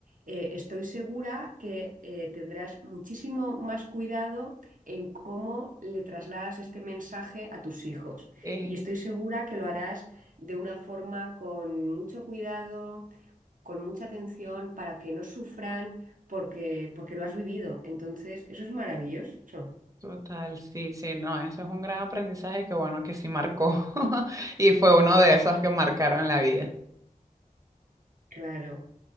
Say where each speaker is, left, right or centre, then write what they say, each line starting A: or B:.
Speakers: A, on the right; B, on the right.
A: eh, estoy segura que eh, tendrás muchísimo más cuidado en cómo le trasladas este mensaje a tus hijos.
B: es
A: Y estoy segura que lo harás de una forma con mucho cuidado, con mucha atención, para que no sufran porque, porque lo has vivido. Entonces, eso es maravilloso,
B: total, sí, sí, no, eso es un gran aprendizaje que bueno, que sí marcó <laughs> y fue uno de esos que marcaron la vida.
A: claro.